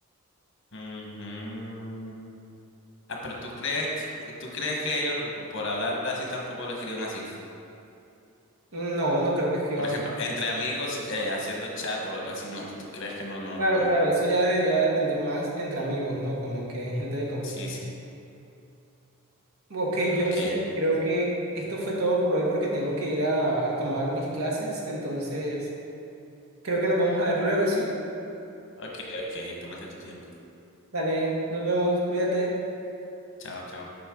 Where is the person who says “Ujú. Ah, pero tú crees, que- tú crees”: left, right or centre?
Left